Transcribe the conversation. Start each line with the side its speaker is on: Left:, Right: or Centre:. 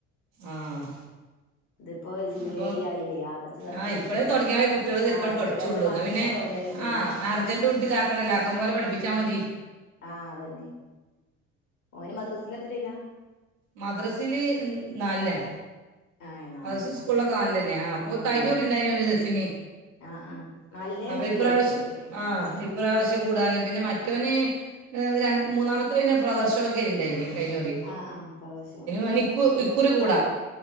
Right: ആഹ്
Left: ഇതിപ്പോ ജൂലൈ
Right: അപ്പൊ
Left: ആയില്ലേ ആഗസ്റ്റ് സെപ്റ്റംബർ
Right: ആഹ് ഇപ്പഴേ തുടങ്ങിയലെ കുട്ടികൾ ശെരിക്കങ്ങട്ട്
Left: ആ ഇപ്പൊ
Right: പഠിച്ചുള്ളൂ
Left: രണ്ടു മാസം
Right: എന്നാ പിന്നെ
Left: മുന്നേ തുടങ്ങലുണ്ടല്ലോ
Right: ആഹ് അർജന്റ് കൂട്ടി ഇതാക്കണ്ടല്ലോ ആക്കം പോലെ പഠിപ്പിച്ചാൽ മതി
Left: ആഹ് അതന്നെ ഓന് മദ്രസില് എത്രീല
Right: മദ്രസില് നാലിലാ
Left: ആഹ് നാലില്
Right: <unintelligible> സ്കൂളിലോക്കെ
Left: ആ
Right: നല്ലിന്നയാ ആഹ് അപ്പോൽ
Left: നാലിലന്നെല്ലേ
Right: കയിഞ്ഞൂറിണ്ടായിഞ്ഞൂല്ത് ദർഫിന്
Left: ആഹ് ആഹ് നാലിനേ
Right: അപ്പൊ
Left: ഉണ്ട്ല്ലേ
Right: ഇപ്രാവശ്യം
Left: ബസിന്
Right: ആഹ്
Left: ആ
Right: പ്രാവശ്യം കൂടാന് പിന്നെ മറ്റോന് രണ്ട് മൂന്നാമത്തെന് പിന്നെ ഫ്ലവർ ഷോക്കെ ഇണ്ടായിന് കഴിഞ്ഞോറി
Left: ആഹ് ആഹ് ഫ്ലവർ ഷോ
Right: ഓന് ഇക്കുഇക്കുറി കൂടാ